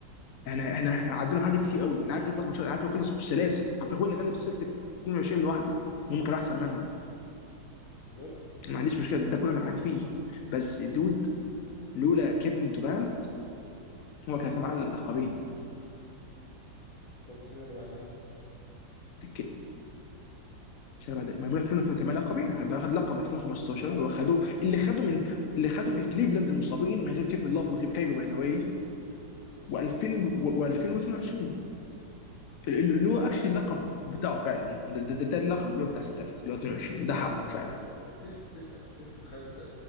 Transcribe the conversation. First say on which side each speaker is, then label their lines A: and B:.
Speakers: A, on the left (about 70°); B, on the left (about 50°).
A: احنا احنا احنا عدينا حد كتير قوي انا عارف انه خلص ماتشات انا عارف انه خلص بالسلاسل عارف هو اللي غلب السلتك 22 لوحده ممكن احسن منهم
B: بالظبط
A: ما عنديش مشكله ده كله انا معاك فيه بس دود لولا كيفن دوفان هو كان كان معاه اللقبين
B: طب السنه اللي بعدها
A: ك- مش انا بعد ما بقول لك لولا كيفن كان معاه لقبين هيبقى اخد لقب 2015
B: اه
A: اللي
B: اوكي
A: هو خده اللي خده من اللي خده من كليفلاند المصابين من غير كيفن لاف من غير كايبي باي ذا واي و2000 و2022 اللي هو اكشلي اللقب بتاعه فعلا ده, ده, ده, ده اللقب اللي هو بتاع ستاف اللي هو 22
B: ليه
A: ده حقه
B: ال- في-
A: فعلا
B: آه، ستيف ستيف ستيف خد